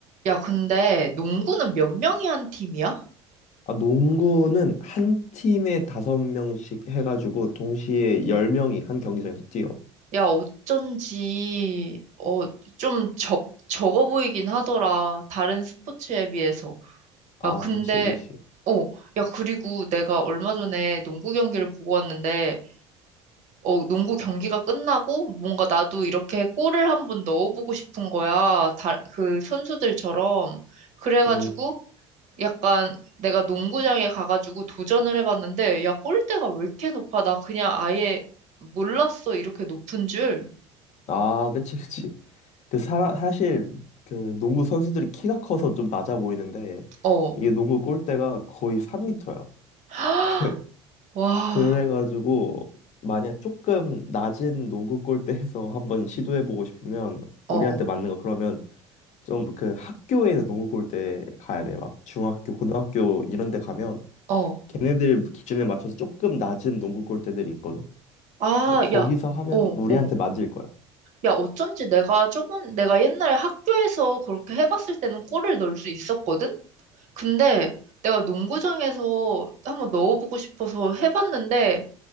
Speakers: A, on the right; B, on the left.
A: 야, 근데 농구는 몇 명이 한 팀이야?
B: 아, 농구는 한 팀에 다섯 명씩 해가지고 동시에 열 명이 한 경기장에서 뛰어.
A: 야, 어쩐지, 어, 좀 적, 적어 보이긴 하더라. 다른 스포츠에 비해서.
B: 아,
A: 야, 근데,
B: 그치, 그치.
A: 어, 야, 그리고 내가 얼마 전에 농구 경기를 보고 왔는데, 어, 농구 경기가 끝나고 뭔가 나도 이렇게 골을 한번 넣어보고 싶은 거야. 다, 그 선수들처럼. 그래가지고,
B: 음.
A: 약간 내가 농구장에 가가지고 도전을 해봤는데, 야, 골대가 왜 이렇게 높아? 나 그냥 아예 몰랐어. 이렇게 높은 줄.
B: 아, 그치, 그치. 그 사, 사실 그 농구 선수들이 키가 커서 좀 낮아 보이는데
A: 어.
B: 이게 농구 골대가 거의 3미터야.
A: <gasps>
B: <laughs>
A: 와,
B: 그래가지고 만약 조금 낮은 농구 골대에서 한번 시도해보고 싶으면
A: 어,
B: 우리한테 맞는 거 그러면 좀 그 학교에는 농구 골대 가야 돼. 막 중학교, 고등학교 이런 데 가면
A: 어.
B: 걔네들 기준에 맞춰서 조금 낮은 농구 골대들이 있거든.
A: 아,
B: 그래서 거기서
A: 야,
B: 하면
A: 어,
B: 우리한테
A: 어.
B: 맞을 거야.
A: 야, 어쩐지 내가 저번, 내가 옛날에 학교에서 그렇게 해봤을 때는 골을 넣을 수 있었거든? 근데 내가 농구장에서 한번 넣어보고 싶어서 해봤는데